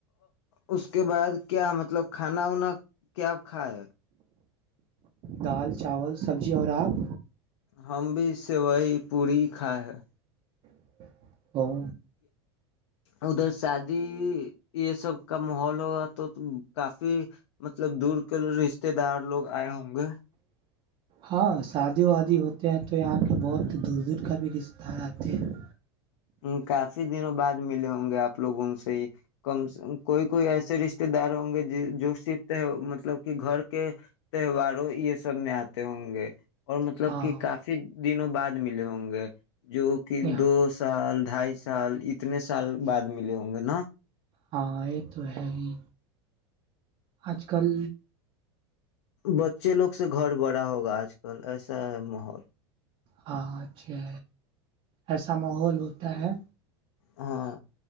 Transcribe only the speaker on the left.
اس کے بعد کیا مطلب کھانا وانا کیاپ کھائےائے
ہم بھی اس سے وہی پورڑی کائے ہے
ادھر شادی یہ سب کا ماحول ہوا تو کافی مطلب دور کر رشتے دار لوگ آئے ہوں گے
ہ کافی دنوں بعد ملے ہوں ہ گے آپ لوگوں سے کم کوئی کوئی ایسے رشتے رشتے دار ہوں گے جو صف ت مطلب کہ گھر کے تہواروں یہ سب میں آتے ہوں گے اور مطلب
کہ کافی دنوں بعد ملے ہوں گے جو کہ
دوست سال ڈھائی سال اتنے سال بعد ملے ہوں گے نا
بچے لوگ سے گھر بڑا ہوگا آج کل ایسا ہے مح
ہاں